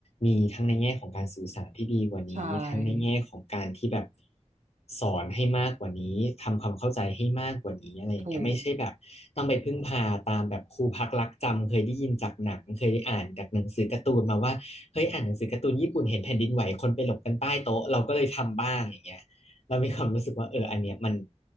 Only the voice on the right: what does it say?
ใช่
ถูก